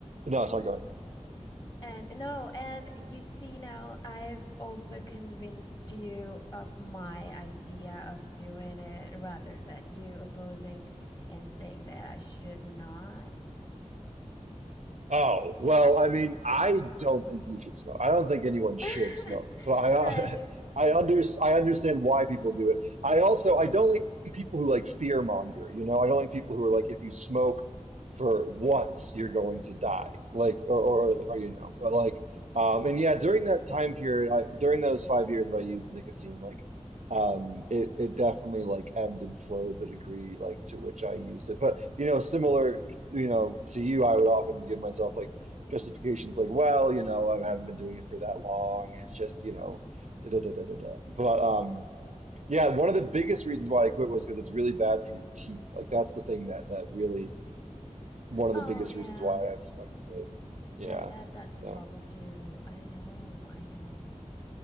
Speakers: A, on the right; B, on the left.
A: no, sorry, go ahead.
B: and no, and you see now, I've also convinced you of my idea of doing it rather than you opposing and saying that I should not.
A: Oh, well, I mean, I don't think you should smoke. I don't think anyone should
B: <laughs>
A: smoke, but I
B: Right.
A: <laughs> I under I understand why people do it. I also I don't like people who like fear monger, you know? I don't like people who are like if you smoke for once you're going to die. Like or
B: Mm-hmm.
A: or, or you know, but like um and yeah, during that time period, I during those five years that I used nicotine, like um it it definitely like ebbed and flowed the degree like to which I used it. But you know, similar you know, to you, I would often give myself like justifications like, well, you know, I haven't been doing it for that long, and it's just, you know, da da da da da da. But um, yeah, one of the biggest reasons why I quit was because it's really bad for your teeth. Like that's the thing that that really one of
B: Oh,
A: the biggest
B: yeah.
A: reasons why I've stuck with it.
B: Yeah,
A: Yeah.
B: that that's
A: So
B: a problem too. I know, I know.